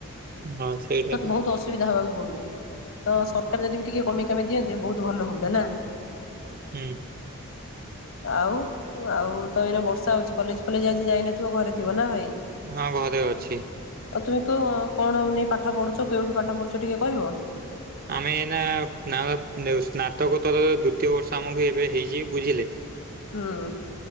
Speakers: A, on the right (about 40°); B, on the left (about 65°).
A: ହଁ ସେଇଟା
B: ତଙ୍କୁ
A: ତ
B: ବହୁତ ଅସୁବିଧା ହବାକୁ। ପଡୁଛି ତ ସରକାର ଯଦି ବି ଟିକେ କମେଇ କାମେଇ ଦିଅନ୍ତେ ବହୁତ ଭଲ ହୁଅନ୍ତା ନା।
A: ହୁଁ।
B: ଆଉ ଆଉ ତ ଏଇନା ବର୍ଷା ହଉଛି କଲେଜ ଫଲେଜ ଆଜି ଯାଇନଥିବ ଘରେ ଥିବ ନା ଭାଇ?
A: ହଁ ଘରେ ଅଛି।
B: ଆଉ ତୁମେ କଣ ନେଇ ପାଠ ପଢୁଛ କେଉଁଠି ପାଠ ପଢୁଛ ଟିକେ କହିବ?
A: ଆମେ ନା ନା ସ୍ନାତକ ତରର ଦ୍ଵିତୀୟ ବର୍ଷ ଆମକୁ ଏବେ ହେଇଛି ବୁଝିଲେ।
B: ହୁଁ।